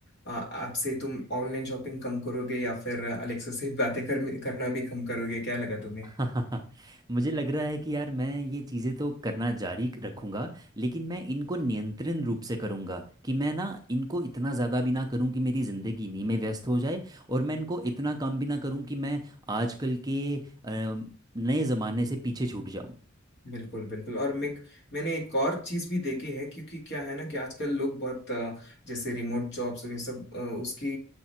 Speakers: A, on the left; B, on the right.
A: अ, आपसे तुम ऑनलाइन शॉपिंग कम करोगे या फिर अलेक्सा से बातें कर, करना भी कम करोगे क्या लगा तुम्हें
B: <laughs> मुझे लग रहा है कि यार मैं ये चीज़ें तो करना जारी क- रखूंगा लेकिन मैं इनको नियंत्रण रूप से करूंगा कि मैं ना इनको इतना ज़्यादा भी ना करूं कि मेरी ज़िंदगी इन्हीं में व्यस्त हो जाए और मैं इनको इतना कम भी ना करूं कि मैं आजकल के अ, नए ज़माने से पीछे छूट जाऊं
A: बिल्कुल बिल्कुल और मैं मैंने एक और चीज भी देखी है क्योंकि क्या है ना कि आजकल लोग बहुत अ, जैसे रिमोट जॉब्स ये सब अ, उसकी